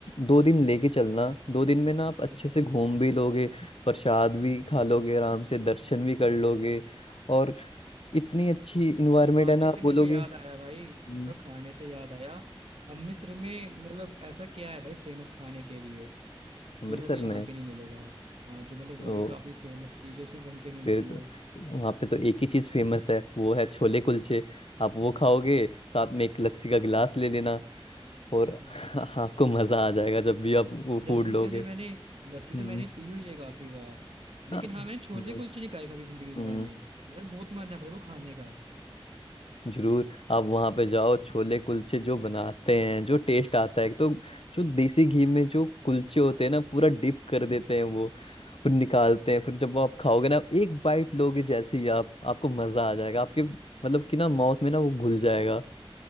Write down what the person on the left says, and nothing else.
दो दिन लेके चलना दो दिन में ना आप
अच्छे
से घूम भी लोगे प्रसाद भी खा लोगे आराम से दर्शन भी कर लोगे और इतनी अच्छी इन्वायरमेंट
है ना
आप
बोलोगे
"हम्म,
अमृतसर
में है,
तो
फिर तो,
वहाँ पे तो एक ही चीज़ फेमस है वो है छोले कुलचे आप वो खाओगे साथ में एक लस्सी का गिलास ले लेना और
<laughs> आपको मज़ा आ जाएगा जब भी आप वो
फूड
लोगे
हम्म
हाँ, हम्म
हम्म
जरूर आप वहां पे जाओ छोले कुलचे जो बनाते हैं जो टेस्ट आता है एक तो जो देसी घी में जो कुलचे होते हैं ना पूरा डिप कर देते हैं वो फिर निकालते हैं फिर जब आप खाओगे ना एक बाइट लोगे जैसे ही आप आपको मजा आ जाएगा आपके मतलब कि ना माउथ में ना वो घुल जाएगा